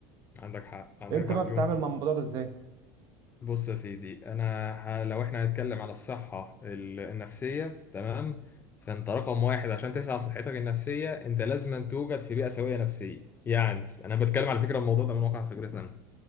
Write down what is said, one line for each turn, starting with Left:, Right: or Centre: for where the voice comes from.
Left: عندك حق عندك
Right: انت
Left: حق
Right: بقى
Left: مليون
Right: بتتعامل مع الموضوع ده ازاي
Left: بص يا سيدي انا ه... لو احنا هنتكلم على الصحة ال- النفسية تمام فانت رقم واحد عشان تسعى على صحتك النفسية انت لازم أن توجد في بيئة سوية نفسيا يعني انا بتكلم على فكرة الموضوع ده من واقع خبرتي انا